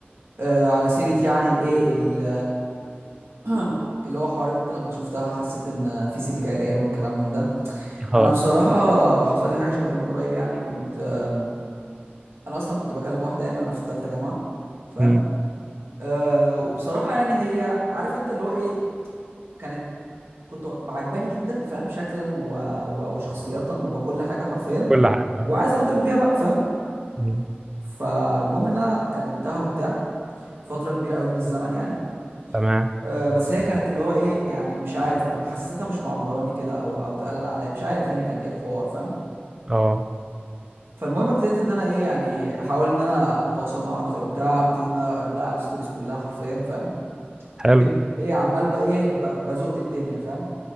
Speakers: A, on the right (about 85°); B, on the right (about 15°).
A: آه، على سيرة يعني الايه ال- <coughs> اللي هو حوار ان انت لما شفتها حسيت ان في سلك عريان والكلام من ده
B: اه
A: انا بصراحة حصل لي حاجة شبه دي من قريب يعني كنت آم، انا اصلا كنت بكلم واحدة يعني وانا في التالتة جامعة فاهم
B: أمم،
A: أه وبصراحة يعني هي عارف انت اللي هو ايه كانت كنت عجباني جدا فاهم شكلا و... و... وشخصية وكل حاجة حرفيا
B: كل حاجة
A: وعايز ارتبط بيها بقى فاهم
B: أمم،
A: فالمهم ان انا كلمتها وبتاع فترة كبيرة قوي من الزمن يعني
B: تمام
A: آه، بس هي كانت اللي هو ايه يعني مش عارف ما- حسيتها مش معبراني كده او او تقلانه عليا مش عارف يعني كان ايه الحوار فاهم
B: اه
A: فالمهم ابتديت ان انا ايه يعني احاول ان انا اتواصل معاها اكتر وبتاع ابتدي ان انا اقرب لها على الستوريز كلها حرفيا فاهم
B: حلو
A: جيت ايه عمال بقى ايه ب- بزق الدنيا فاهم